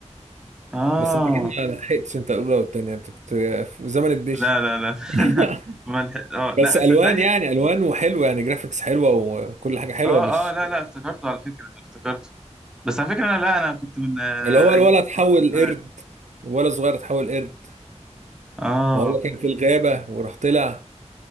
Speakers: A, in the centre; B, on the right.
A: اه
B: بس انت جيت ما لحقتش انت الاولى والثانيه انت كنت في زمن الدش
A: لا لا لا <laughs>
B: <laughs>
A: أنا ما لحق- اه
B: بس
A: لا بس
B: الوان
A: صدقني
B: يعني الوان وحلوه يعني جرافيكس حلوه وكل حاجه حلوه
A: اه
B: مش
A: اه لا لا افتكرته على فكره افتكرته بس على فكره انا لا انا كنت من آه،
B: اللي هو
A: ايام
B: الولد اتحول
A: التلفزيون عادي.
B: قرد الولد صغير اتحول قرد
A: اه
B: وهو كان في الغابة وراح طلع